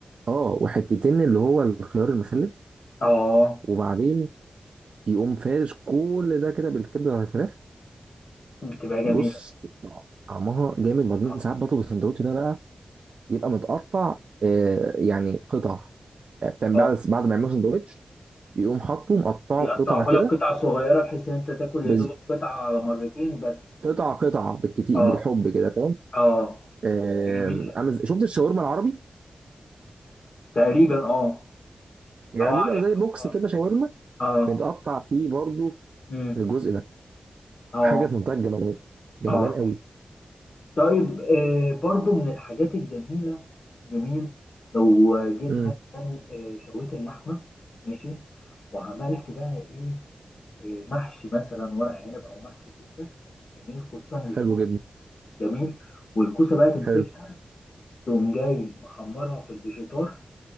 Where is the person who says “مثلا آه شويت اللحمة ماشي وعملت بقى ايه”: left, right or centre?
Left